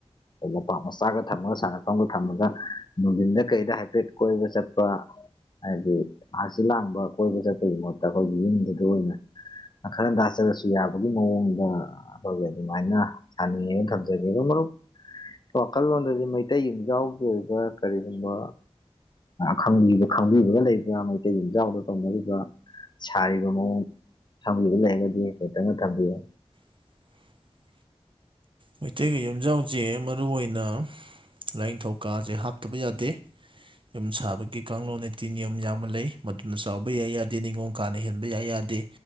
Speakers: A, on the left; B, on the right.
A: ꯂꯝꯄꯥꯛ ꯃꯆꯥꯒ ꯊꯝꯃꯒ ꯁꯥꯟꯅꯐꯝꯒ ꯊꯝꯃꯒ ꯅꯨꯡꯊꯤꯟꯗ ꯀꯩꯗ ꯍꯥꯏꯐꯦꯠ ꯀꯣꯏꯕ ꯆꯠꯄ ꯍꯥꯏꯗꯤ ꯑꯥꯔꯁꯤ ꯂꯥꯡꯕ ꯀꯣꯏꯕ ꯆꯠꯄꯒꯤ ꯃꯍꯨꯠꯇ ꯑꯩꯈꯣꯏꯒꯤ ꯌꯨꯝꯗꯨꯗ ꯑꯣꯏꯅ ꯈꯔ ꯇꯥꯆꯔꯁꯨ ꯌꯥꯕꯒꯤ ꯃꯑꯣꯡꯗ ꯑꯩꯈꯣꯏꯒꯤ ꯑꯗꯨꯃꯥꯏꯅ ꯁꯥꯅꯤꯡꯉꯦꯅ ꯊꯝꯖꯒꯦ ꯑꯗꯨꯝ ꯃꯔꯨꯞ ꯋꯥꯈꯜꯂꯣꯟꯗꯗꯤ ꯃꯩꯇꯩ ꯌꯨꯝꯖꯥꯎꯒꯤ ꯑꯣꯏꯕ ꯀꯔꯤꯒꯨꯝꯕ ꯈꯪꯕꯤꯕ ꯈꯪꯕꯤꯕꯒ ꯂꯩꯕ꯭ꯔꯥ ꯃꯩꯇꯩ ꯂꯝꯨꯝꯖꯥꯎꯗ ꯇꯧꯅꯔꯤꯕꯥ ꯁꯥꯔꯤꯕ ꯃꯑꯣꯡ ꯊꯝꯂꯤꯕ ꯂꯩꯔꯒꯗꯤ ꯈꯤꯇꯪꯒ ꯊꯝꯕꯤꯌꯨ
B: <inaudible> ꯃꯩꯇꯩꯒꯤ ꯌꯨꯝꯖꯥꯎꯁꯦ ꯃꯔ ꯑꯣꯏꯅ ꯂꯥꯏꯅꯤꯡꯊꯧꯀꯥꯁꯦ ꯍꯥꯞꯇꯕ ꯌꯥꯗꯦ ꯌꯨꯝ ꯁꯥꯕꯒꯤ ꯀꯥꯡꯂꯣꯟꯅꯤꯇꯤ ꯅꯤꯌꯣꯝ ꯌꯥꯝꯅ ꯂꯩ ꯃꯗꯨꯅ ꯆꯥꯎꯕ ꯌꯥꯏ ꯌꯥꯗꯦ ꯅꯤꯉꯣꯜ ꯀꯥꯅ ꯍꯦꯟꯕ ꯌꯥꯏ ꯌꯥꯗꯦ